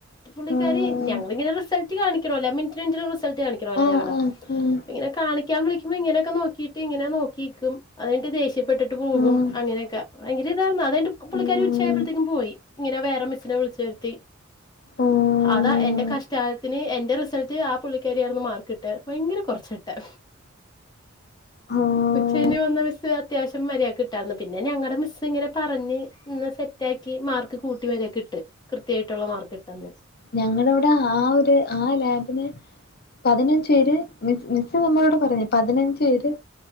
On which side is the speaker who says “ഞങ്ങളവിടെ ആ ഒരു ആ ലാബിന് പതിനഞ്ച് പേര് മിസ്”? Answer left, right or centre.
Left